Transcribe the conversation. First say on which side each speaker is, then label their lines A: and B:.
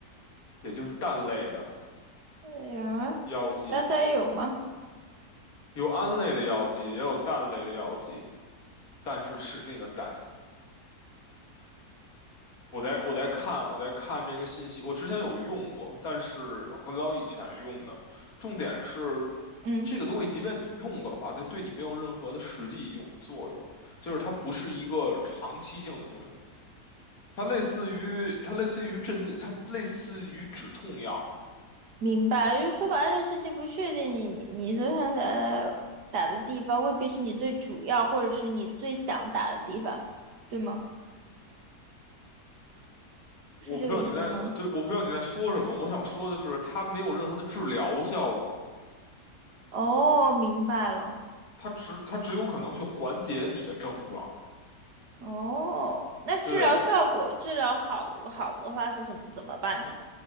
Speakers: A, on the left; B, on the right.
A: 也就是氮类的
B: 哎呀，
A: 药剂。
B: 那大有吗？
A: 有胺类的药剂，也有氮类的药剂，但是吃那个氮。我在我在看我在看这个信息，我之前有用过，但是很早以前用的。重点是
B: 嗯，
A: 这个东西，即便你用了的话，它对你没有任何的实际用的作用，就是它不是一个长期性的东西。它类似于它类似于镇静，它类似于止痛药。
B: 明白了就是说白了，这个事情不确定你，你你所想打打的地方，未必是你最主要，或者是你最想打的地方，对吗？是这个意思吗？
A: 我不知道你在，对，我不知道你在说什么。我想说的是，它没有任何的治疗效果。
B: 哦，明白了。
A: 它只它只有可能去缓解你的症状，
B: 哦，那治疗效果，
A: 对
B: 治疗好好的话是什么？怎么办呢？